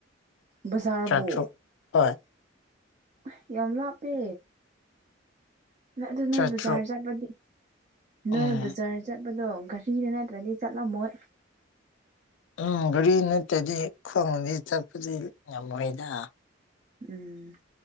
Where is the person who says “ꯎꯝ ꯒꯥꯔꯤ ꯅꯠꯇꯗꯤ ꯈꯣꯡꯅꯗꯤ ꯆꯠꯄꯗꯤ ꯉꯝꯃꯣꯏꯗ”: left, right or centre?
Left